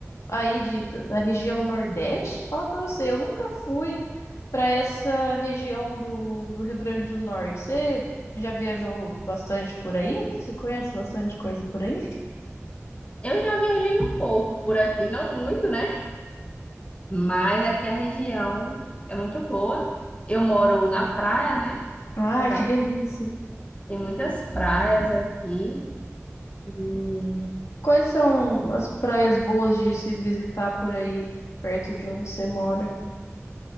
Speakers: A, on the left (about 75°); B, on the left (about 25°).
A: aí de, da da região Nordeste. Fala pra você, eu nunca fui pra essa região do, do Rio Grande do Norte. Você já viajou bastante por aí? Você conhece bastante coisa por aí?
B: Eu já viajei um pouco por aqui, não muito, né? Mas aqui a região é muito boa. Eu moro na praia, né?
A: Ai,
B: Então,
A: que delícia.
B: tem muitas praias aqui. E
A: Quais são as praias boas de se visitar por aí, perto de onde você mora?